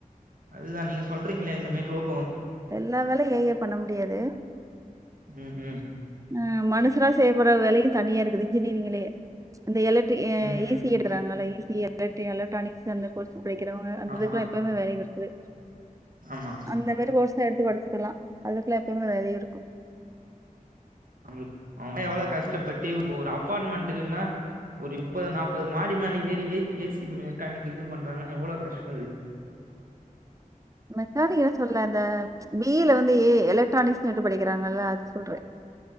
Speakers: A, on the right; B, on the right.
A: அதுதா நீங்க சொல்றீங்களா இந்த மேரி ரோப்
B: எல்லா வேலையு ஏ ஐ பண்ண முடியாது
A: ம் ம்
B: ஆஹ் மனுஷறா செய்யக்கூடாத வேலை தனியா இருக்குது இன்ஜினியரிங்லயே அந்த எலக்ட் அ
A: ம்
B: ஏ
A: ம்
B: சி எடுறாங்களல்ல ஏ சி எலக் எலக்ட்ரானிக்ஸ் அந்த பிழைக்கிறவங்க அந்ததுக்கு
A: ஆமா
B: எப்பவுமே வேல்யூ இருக்குதே
A: ஆமா
B: அந்த மாி கோ செரின்ட்டு படிச்சிக்கலா அதுக்கெல்லா எப்பயுமே வேல்யூருக்கு
A: அவுங் அவுங்கெல்லா எவ்ளோவு கஷ்டப்பட்டு ஒரு அப்பார்ட்மெண்ட்ருக்குன்னா ஒரு முப்பது நாற்பது மாடி மேல ஏறி ஏசி மெக்கானிக் இது பண்றாங்கன்னா எவ்ளோவு கஷ்டோது
B: மெக்கானிக்க சொல்லாத பி இல வந்து ஏ எலக்ட்ரானிக்ஸ் எட்டு படிக்கிறாங்கல்ல அது சொல்றே